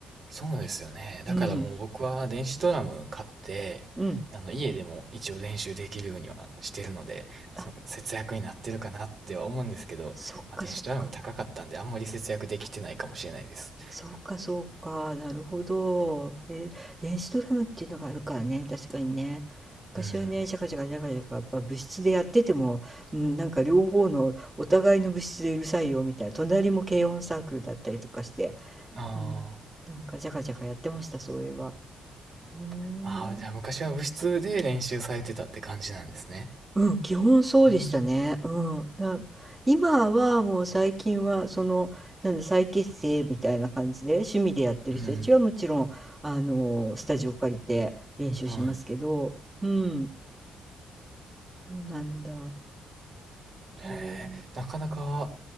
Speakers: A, on the right (about 45°); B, on the right (about 15°).
A: そうですよね。
B: うん、
A: だからもう僕は電子ドラム買って、
B: うん。
A: あの家でも一応練習できるようにはしてるので、
B: あ、
A: そ節約になってるかなっては思うんですけど、
B: そっかそっか。
A: まあ、電子ドラム高かったんであんまり節約できてないかもしれないです。
B: そうかそうか。なるほど。え、電子ドラムっていうのがあるからね。確かにね。昔はね、
A: うん。
B: ジャカジャカジャカジャカ、やっぱ部室でやってても、うん、なんか両方のお互いの部室でうるさいよみたいな、隣も軽音サークルだったりとかして、
A: あ
B: うん、
A: ー
B: なんかジャカジャカやってました、そういえば。うーん
A: あー、じゃあ昔は部室で練習されてたって感じなんですね。
B: うん、基本そうでしたね。
A: うん。
B: うん。な今はもう最近はその、なんだ、再結成みたいな感じで趣味でやってる人たちはもちろん、
A: うん。
B: あの、スタジオ借りて練習しますけど、
A: はい。
B: うん。そうなんだ。どう
A: へえ、なかなか